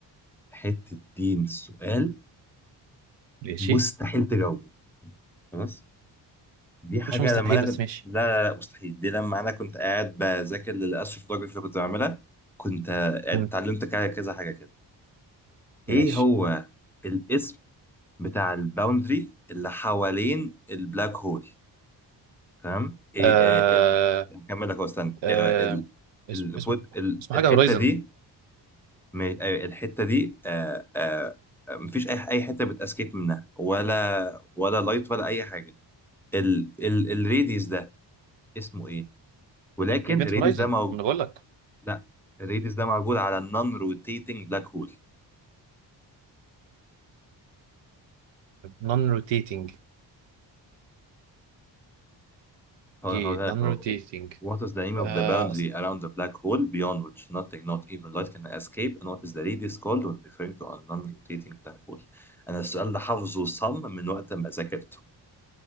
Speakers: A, in the centre; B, on the right (about 80°).
A: حته دين سؤال
B: ماشي
A: مستحيل تجاوبه خلاص دي حاجه
B: مش مستحيل
A: لما انا
B: بس
A: كنت
B: ماشي
A: لا لا لا مستحيل دي لما انا كنت قاعد بذاكر للاستروفوتوجرافي اللي كنت بعملها كنت آه،
B: مم.
A: اتعلمت كا- كذا حاجه كده ايه
B: ماشي
A: هو الاسم بتاع الباوندري اللي حوالين البلاك هول تمام ايه
B: آه
A: إيه- إيه. هكمل لك أهو، استنى
B: آه
A: إيه، ال-
B: اسم
A: الفود
B: اسم
A: ال-
B: اسمه
A: الحته
B: حاجة هورايزن
A: دي م- آه، الحته دي آه، آه، آه، مفيش اي اي حته بتاسكيب منها ولا ولا لايت ولا اي حاجه ال ال الريديس ده اسمه ايه ولكن
B: ايفنت
A: الريديس
B: هورايزن
A: ده
B: ما
A: موجود
B: انا بقول لك
A: لا الريديس ده موجود على النون روتيتنج بلاك هول
B: نون روتيتنج
A: هقول
B: جي
A: هقولها
B: نون
A: لك هو-
B: روتيتنج
A: What is the name
B: آه
A: of the boundary
B: أصلا
A: around the black hole beyond which nothing, not even light, can escape? And what is the radius called when referring to a non-rotating black hole؟ أنا السؤال ده حافظه صم من وقت ما ذاكرته.